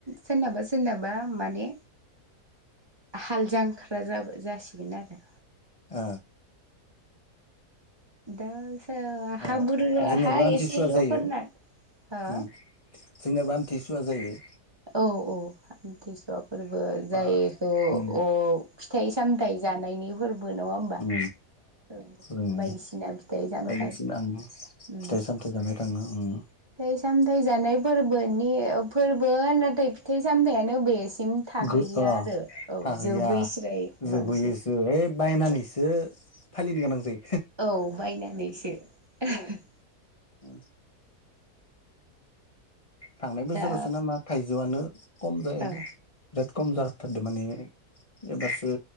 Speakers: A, on the right; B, on the left.
A: सोरनाबा सोरनाबा माने हाल जांख्रा जा जासिगोन आरो
B: ओ
A: दा हा
B: ओ
A: बुरजा
B: जोंनियाबो
A: हा
B: आमथिसुवा
A: एसेल'फोरना
B: जायो ओम
A: हो
B: जोंनियाबो आमथि सुवा जायो
A: औ औ आमथिसुवा फोरबो
B: बा
A: जायखौ
B: उम
A: अ फिथाइ सामथाइ जानायनि फोरबो नङा होमबा
B: ओ‌
A: औ
B: रोंनि
A: बायदिसिना फिथाइ सामथाइ
B: बायदिसिना ओं फिथाइ
A: उम
B: सामथाइ जानाय थांनो ओम
A: फिथाइ सामथाइ जानाय फोरबोनि फोरबो फिथाइ फिथाइ सामथायानो बेसिम थाहैया
B: गो अ
A: आरो औ
B: थाहैया
A: जोबैस्राय
B: जोबहैयोसो
A: बांसिन
B: ओइ बायनानैसो
A: औ
B: फालिनो गोनां जायो
A: औ बायनानैसो <inaudible>
B: उ थांनाय बोसोरावसो
A: दा
B: ना मा थाइजौआनो खम जायो बिराद
A: औ
B: खम जाथारदों माने एबारसो